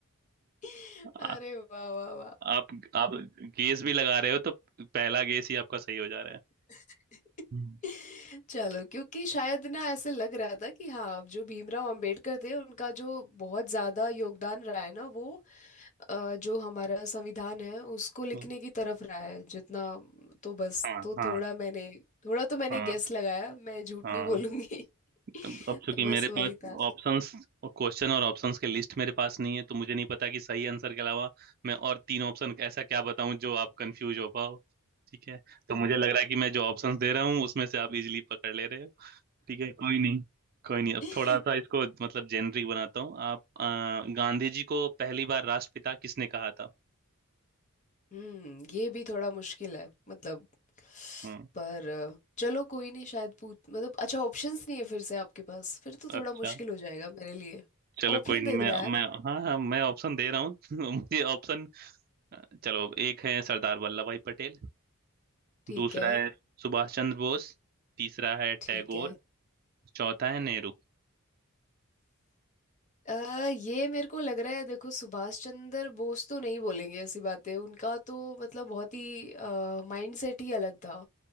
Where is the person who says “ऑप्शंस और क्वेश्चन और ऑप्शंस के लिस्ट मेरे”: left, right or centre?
Right